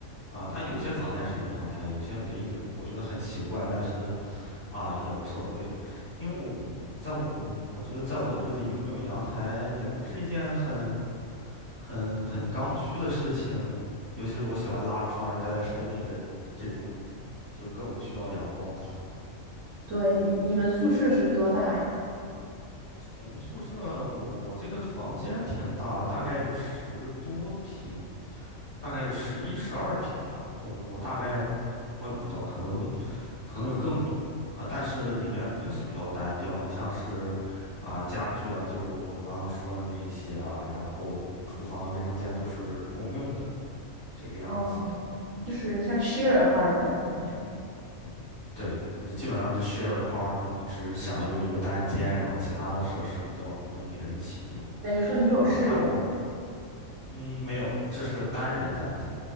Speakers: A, on the left; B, on the right.
A: 啊。它有些房间是有阳台，有些没有，我觉得很奇怪，但是啊也无所谓，因为我在我我觉得在我这里有没有阳台也不是一件很很很刚需的事情，尤其是我喜欢拉窗帘儿待在室内的这种，就更不需要阳光了。
B: 对，你你们宿舍是多大呀？
A: 我们宿舍我这个房间挺大的大概有十多平，大概有十一、十二平吧。我我大概我也不知道，可能可能有更多啊。但是里面东西比较单调，你像是啊家具啊，就我刚刚说的那一些啊，然后厨房和卫生间都是共用的这个样子的。
B: 哦，就是像 share apartment 那样，
A: 嗯，对，你基本上就 share apartment，你只享用一个单间，然后其他的设施你都要跟别人一起用
B: 等于说你有室友。
A: 啊。但我嗯没有，这是个单人单间。